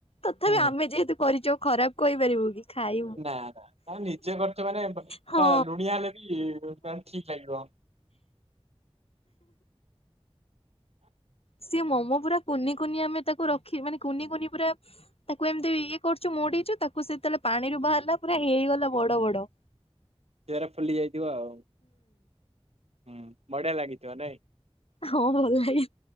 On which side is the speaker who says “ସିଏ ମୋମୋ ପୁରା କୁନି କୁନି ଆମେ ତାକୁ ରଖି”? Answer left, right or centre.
Left